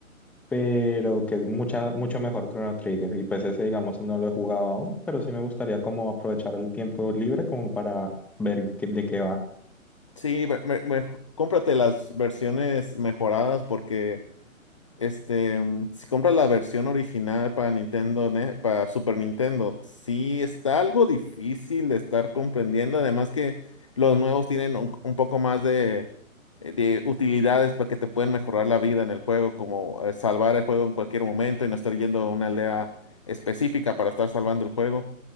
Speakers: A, in the centre; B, on the left.
A: pero que es mucha, mucho mejor Chrono Trigger y pues ese digamos no lo he jugado aún, pero sí me gustaría como aprovechar el tiempo libre como para ver qué- de qué va.
B: sí, me- me- me- cómprate las versiones mejoradas porque Este, mm, si compras la versión original para Nintendo, Ne- para Super Nintendo, sí está algo difícil de estar comprendiendo. Además que los nuevos tienen un, un poco más de, eh, de utilidades para que te pueden mejorar la vida en el juego, como eh, salvar el juego en cualquier momento y no estar yendo a una aldea específica para estar salvando el juego,